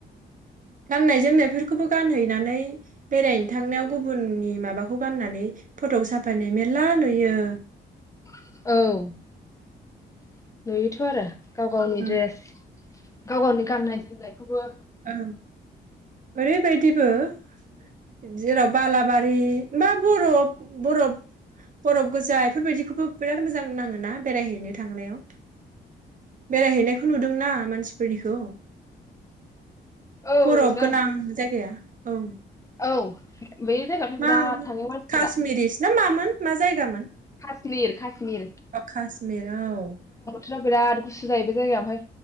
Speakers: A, on the right; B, on the left.
A: गाननाय जोमनायफोरखौबो गानहैनानै बेरायनो थांनायाव गुबुननि माबाखौ गाननानै फट' साफायनाय मेर्ला नुयो।
B: औ नुयो थ'आरो। गाव गावनि
A: ओं
B: ड्रेस गाव गावनि गाननाय जोमनायखौबो
A: औ ओरै बायदि बायदिबो जेराव बालाबारि बा बरफ बरफ बरफ गोजा बेफोरबायदिखौबो बिराद मोजां नाङो ना बेरायहैनो थांनायाव बेरायहैनायखौ नुदोंना मानसिफोरनिखौ।
B: औ
A: बरफ
B: नुदों
A: गोनां जायगाया औ
B: औ बे जायगायावथ'
A: मा
B: बिराद थाङो मानसिफोरा
A: काश्मिरिसो ना मामोन मा जायगामोन
B: काश्मिर काश्मिर
A: अ खासमि औ
B: राव बिराद गुसु जायो बे जायगायाव ओमफ्राय